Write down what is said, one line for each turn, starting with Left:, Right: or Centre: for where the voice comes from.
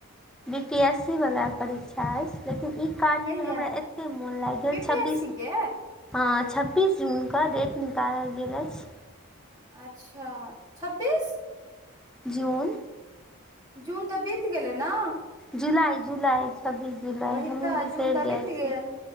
Centre: बीपीएससी वला परीक्षा। लेकिन ई कार्यमे
Right: कहिया
Centre: हमरा एतेक मोन लागि गेल
Right: बी
Centre: छब्बीस।
Right: पी एस सी के
Centre: हँ, छब्बीस जूनके डेट निकाल गेल अछि।
Right: अच्छा, छब्बीस।
Centre: जून।
Right: जून तऽ बीत गेलै ने।
Centre: जुलाई जुलाई छब्बीस जुलाई
Right: वही
Centre: हमहुँ
Right: तऽ
Centre: बिसरि
Right: जून तऽ
Centre: जाइ
Right: बीत गेल
Centre: छी।